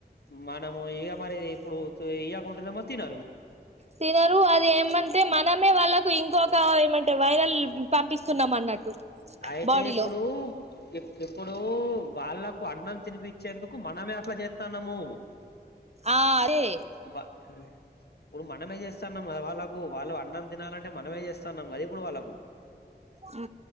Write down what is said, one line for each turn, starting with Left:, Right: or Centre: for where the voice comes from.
Left: మనము ఇగ మరి ఇప్పుడు ఇయ్యకుంటేనేమో తినరు
Right: తినరు అది ఏమంటే మనమే వాళ్ళకు ఇంకొక ఏమంటే వైరల్ పంపిస్తున్నాం అన్నట్టు
Left: అయితే
Right: బాడీలో
Left: ఇప్పుడు ఇప్ ఇప్పుడు వాళ్ళకు అన్నం తినిపించేందుకు మనమే ఇట్ల చేత్తాన్నాము
Right: ఆ అదే
Left: బ ఇప్పుడు మనమే చేస్తన్నాంగా వాళ్ళకు వాళ్ళు అన్నం తినాలంటే మనమే చేస్తన్నాం కదా ఇప్పుడు వాళ్ళకు
Right: అ